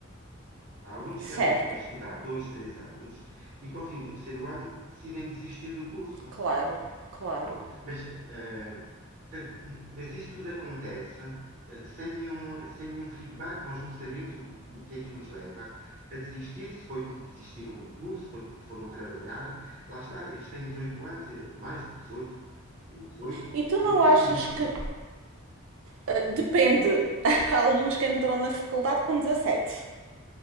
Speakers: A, on the right; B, on the right.
A: Há alunos
B: Certo,
A: que andam a estudar dois, três anos e que ao fim do terceiro ano decidem desistir do curso.
B: claro, claro.
A: Pronto. Mas, eh, portanto, n- mas isso tudo acontece eh, sem nenhum, sem nenhum feedback. Nós não sabemos o que, o que é que os leva a desistir, se foi porque desistiram do curso, se foi porque foram trabalhar. Lá está, eles têm 18 anos, eh, mais de 18. O 18, 18
B: E tu não achas
A: é o mínimo.
B: que. eh, depende.
A: O-
B: <laughs> Há alunos que entram na faculdade com dezassete